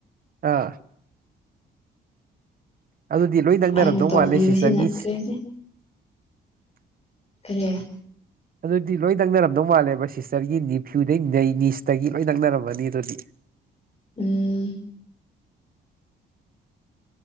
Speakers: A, on the right; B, on the left.
A: ꯍꯥ ꯑꯗꯨꯗꯤ ꯂꯣꯏ ꯅꯪꯅꯔꯝꯗꯧ
B: ꯑꯩꯅ ꯇꯧꯕꯤꯕꯁꯤꯅ
A: ꯃꯥꯜꯂꯦ ꯁꯤꯁꯇꯔꯒꯤ ꯆꯤ
B: ꯀꯔꯤꯁꯦ ꯀꯔꯤ
A: ꯑꯗꯨꯗꯤ ꯂꯣꯏ ꯅꯛꯅꯔꯝꯗꯧ ꯃꯥꯜꯂꯦꯕ ꯁꯤꯁꯇꯔꯒꯤ ꯅꯤꯐ꯭ꯌꯨꯗꯩ ꯅꯩꯅꯤꯁꯇꯒꯤ ꯂꯣꯏ ꯅꯛꯅꯔꯝꯃꯅꯤ ꯑꯗꯨꯗꯤ
B: ꯎꯝ